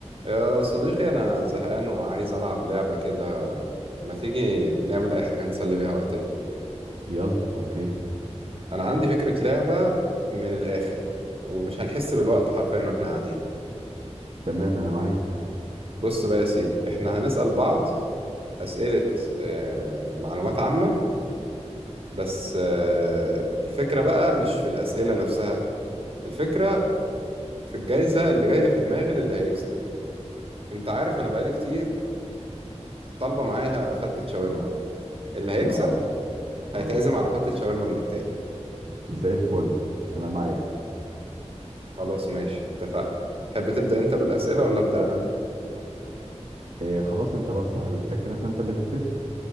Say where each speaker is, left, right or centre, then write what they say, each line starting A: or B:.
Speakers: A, on the right (about 55°); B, on the right (about 80°).
A: يا صديقي أنا زهقان وعايز ألعب لعبة كده ما تيجي نعمل أي حاجة نسلي بيها وقتنا
B: يلا اوكي
A: أنا عندي فكرة لعبة من الآخر ومش هنحس بالوقت حرفيا وإحنا قاعدين
B: تمام انا معاك
A: بص بقى يا سيدي إحنا هنسأل بعض أسئلة آه، معلومات عامة بس آه، الفكرة بقى مش في الأسئلة نفسها الفكرة في الجايزة اللي جاية في دماغي للي هيكسب أنت عارف أنا بقالي كتير طالبة معايا فتة شاورما اللي هيكسب
B: اه
A: هيتعزم
B: اه
A: على فتة شاورما من التاني
B: زي الفل انا معاك
A: خلاص ماشي اتفقنا تحب تبدأ انت بالأسئلة ولا أبدأ أنا؟
B: إيه خلاص انت بقى صاحب الفكره فانت اللي تبتدي